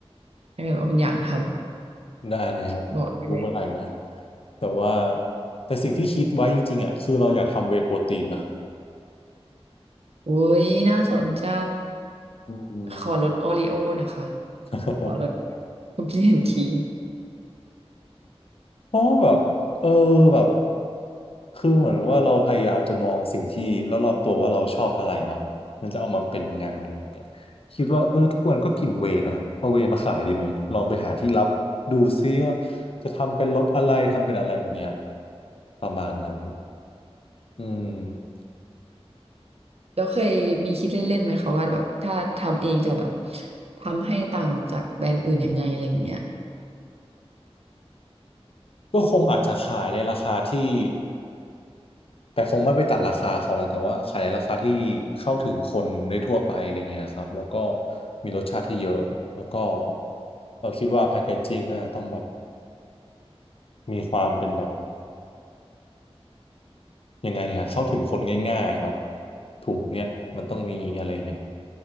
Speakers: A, on the right; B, on the left.
A: ถ้าเกิดว่าคุณอยากท
B: ได้เลยครับรู้เมื่อไหร่นะ
A: ำบอกได้เลย
B: แต่ว่าแต่สิ่งที่คิดไว้จริงๆอ่ะคือเราอยากทำเวย์โปรตีนนะ
A: อุ้ยน่าสนใจ
B: อืม
A: ขอลดโอริโอนะคะ
B: <laughs>
A: ขอลดคุกกี้แอนด์ครีม <laughs>
B: เพราะว่าแบบเออแบบ คือเหมือนว่าเราพยายามจะมองสิ่งที่รอบๆตัวว่าเราชอบอะไรเนาะมันจะเอามาเป็นงานเนี่ยคิดว่าเออทุกวันก็กินเวย์นะเอาเวย์มาขายดีไหมลองไปหาที่รับดูซิว่าจะทำเป็นรถอะไรทำเป็นอะไรอย่างเงี้ยประมาณนั้นอืม
A: แล้วเคยมีคิดเล่นๆไหมคะว่าแบบถ้าทำเองจะแบบทำให้ต่างจากแบรนด์อื่นยังไงอะไรอย่างเงี้ย
B: ก็คงอาจจะขายในราคาที่แต่คงไม่ไปตัดราคาเขานะแต่ว่าขายในราคาที่เข้าถึงคนได้ทั่วไปอะไรเงี้ยครับแล้วก็มีรสชาติที่เยอะแล้วก็เราคิดว่าแพคเกจจิ้งน่าจะต้องแบบมีความเป็นแบบ ยังไงอะเข้าถึงคนง่ายๆแบบถูกเนี่ยมันต้องมีอะไรเงี้ย